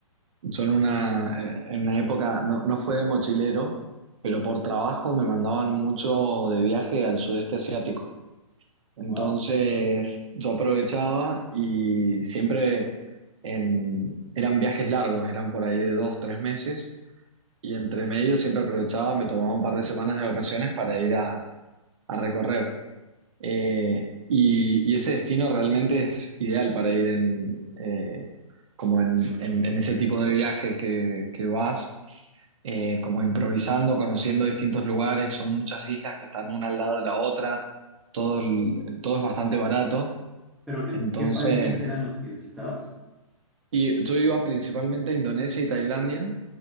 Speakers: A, on the right; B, in the centre.
A: yo en una, eh, en una época, no, no fue de mochilero, pero por trabajo me mandaban mucho de viaje al sudeste asiático. Entonces
B: Wow.
A: yo aprovechaba y siempre en- eran viajes largos, eran por ahí de dos, tres meses, y entre medio siempre aprovechaba, me tomaba un par de semanas de vacaciones para ir a, a recorrer. Eh, y, y ese destino realmente es ideal para ir en, eh, como en, en- en ese tipo de viaje que, que vas, eh, como improvisando, conociendo distintos lugares, son muchas islas que están una al lado de la otra todo, el- todo es bastante barato
B: Pero ¿qué,
A: entonces,
B: qué países eran los que visitabas?
A: y yo iba principalmente a Indonesia y Tailandia